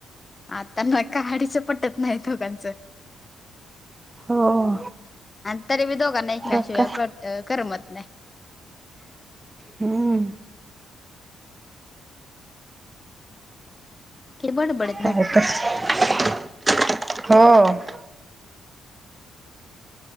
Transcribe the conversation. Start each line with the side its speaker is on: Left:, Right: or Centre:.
Left: आता न काडीचं पटत नाही दोघांचं.
Right: हो
Left: आणि तरी बी दोघांना एकमेकाशिवाय
Right: तर काय
Left: करमत नाही.
Right: हम्म
Left: बडबड.
Right: हो